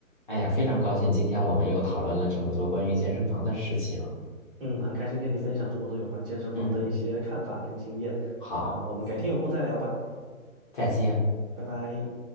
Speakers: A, on the left (about 35°); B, on the right (about 40°).
A: 哎呀，非常高兴今天我们又讨论了这么多关于健身房的事情。
B: 嗯，很开心跟你分享这么多有关健身房的一些看法跟经验。
A: 嗯，好，
B: 那我们改天有空再聊吧，
A: 再见。
B: 拜拜。